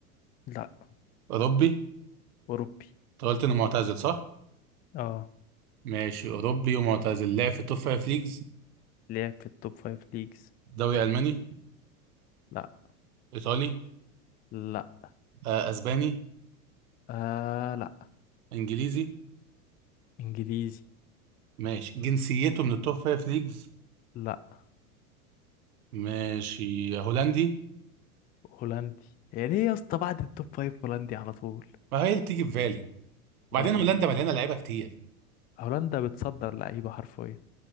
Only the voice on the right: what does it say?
اوروبي
انت قلت انه معتزل صح
ماشي اوروبي ومعتزل لعب في التوب فايف ليجز
دوري الماني
ايطالي
آه اسباني
انجليزي
ماشي جنسيته من التوب فايف ليجز
ماشي هولندي
ما هي اللي بتيجي في بالي وبعدين
هولندا
مليانه لعيبه كتير